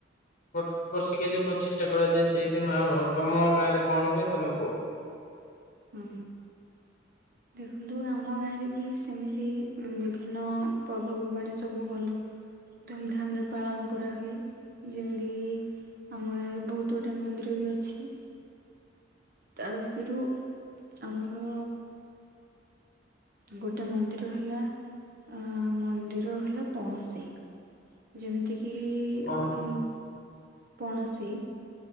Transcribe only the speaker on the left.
ବର୍ଷିକିଆ ଯୋଉ ପଚିଷ୍ଟା କରାଯାଏ ସେଇଦିନ ହବ ତମ ଗାଁରେ କଣ ହୁଏ ତମେ କୁହ?
କଣ
ସେ